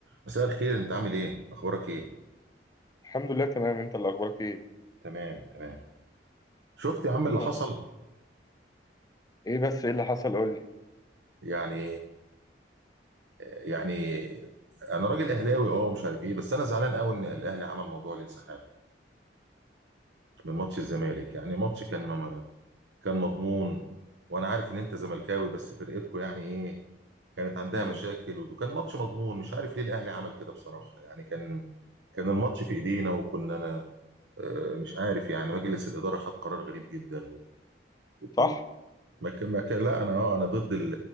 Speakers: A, on the right; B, on the left.
A: مساء الخير انت عامل ايه اخبارك ايه
B: الحمد لله تمام انت اللي اخبارك ايه
A: تمام تمام شفت يا عم اللي
B: ايه الاخبار
A: حصل
B: ايه بس ايه اللي حصل قول لي
A: يعني يعني انا راجل اهلاوي اه مش عارف ايه بس انا زعلان قوي ان الاهلي عمل موضوع الانسحاب ده من ماتش الزمالك يعني ماتش كان مم... كان مضمون وانا عارف ان انت زملكاوي بس فرقتكو يعني ايه كانت عندها
B: امم
A: مشاكل وكان ماتش مضمون مش عارف ليه الاهلي عمل كده بصراحة يعني كان كان الماتش في ايدينا وكنا انا آه، مش عارف يعني مجلس الإدارة خد قرار غريب جدا و...
B: صح
A: ما كان ما كان لا انا اه انا ضد ال...